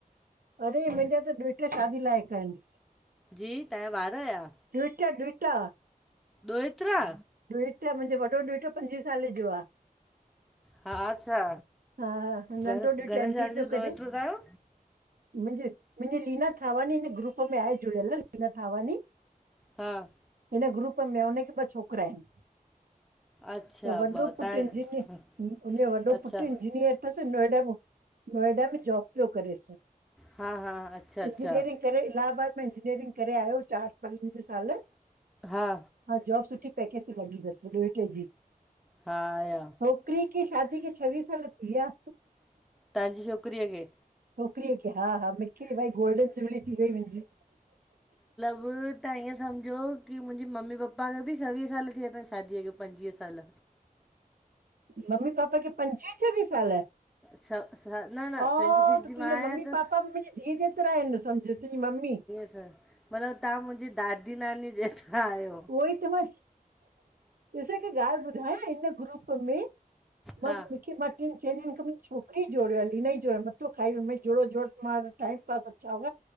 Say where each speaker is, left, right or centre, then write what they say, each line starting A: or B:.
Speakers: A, on the right; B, in the centre.
A: अरे मुंहिंजा त ॾुहिटाओ शादी लाइक आहिन।
B: जी तहांजा ॿार या?
A: ॾूहिटा, ॾूहिटा।
B: दोएत्रा।
A: ॾूहिटा। मुंहिंजो वॾो ॾूहिटरो पंजवीह सालें जो आ।
B: हा छा!
A: हा नंढो
B: घर
A: ॾुहिटरो
B: घणे
A: एमबीए
B: साल जो
A: पियो करे।
B: ॾोहिटो तव्हांजो?
A: मुंहिंजी मुंहिंजी लीना थावाानी हिन ग्रुप में आहे। जुडियल लीना थवानी।
B: हा
A: हिन ग्रुप में आ, हुनखे ॿ छोकिरा आहिनि।
B: अच्छा
A: त वॾो
B: ॿ तव्हां
A: पुट इंजीनियर, उजो वॾो
B: अच्छा
A: पुटु जिनियर थस नोएडा मूं, नोएडा बि जॉब पियो करेस।
B: हा हा अच्छा अच्छा
A: इंजिनियरिंग पहिरे इलाहाबाद में इंजीनियरिंग करे आयो, चार पंज साल
B: हा।
A: हा, जॉब सुठी पैकेज ते लॻी थसि जी,
B: हा आया
A: छोकरी जी शादी किथे चोवीह साल थीया
B: तव्हांजी छोकिरीअ खे
A: छोकिरीअ खे। हा हा, मूंखे भई गोल्डन जुबली थी वई मुंहिंजी।
B: सभ तव्हां ईअं सम्झो की मुंहिंजी मम्मी पप्पा खे बि छवीह साल थीया अथव शादीअ खे पंजवीह साल
A: मम्मी पापा खे पंजवीह छवीह साल?
B: छह न न
A: हा,
B: ट्वेंटी सिक्स
A: त
B: जी
A: तुंहिंजे
B: मां आहियां
A: मम्मी
B: त
A: पापा मुंहिंजी धीअ जेतिरा त अयंन। सम्झ, तुंहिंजी मम्मी
B: अ मतिलबु, तहां मुंहिंजी दादी नानी जेतिरा आहियो।
A: उहो ई त मां, ॾिस हीक ॻाल्हि ॿुधायां हिन ग्रुप में, मां
B: हा
A: मूंखे म टिनि चइ ॾींहंनि मुंहिंज छकरी जोड़ आहे इ हिनन ई जोड़ियो मथो ख वियोई जोड़ जोड़ो आ टाइम ब अच्छा, हो